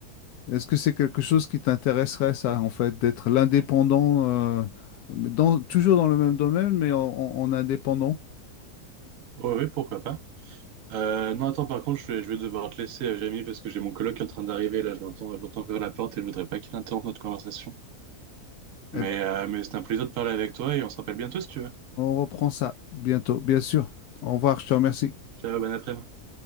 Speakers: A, on the left; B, on the right.
A: Est-ce que c'est quelque chose qui t'intéresserait, ça, en fait, d'être l'indépendant, euh, dans, toujours dans le même domaine, mais en, en- en indépendant?
B: Ouais, ouais, pourquoi pas. Euh, non, attends, par contre, je vais, je vais devoir te laisser, euh, Jamie, parce que j'ai mon coloc qui est en train d'arriver, là, je l'entends, je l'entends ouvrir la porte et je voudrais pas qu'il interrompe notre conversation.
A: Eh
B: Mais,
A: ben,
B: euh, mais c'est un plaisir de parler avec toi et on se rappelle bientôt si tu veux.
A: on reprend ça bientôt, bien sûr. Au revoir, je te remercie.
B: Ciao, bon après-midi.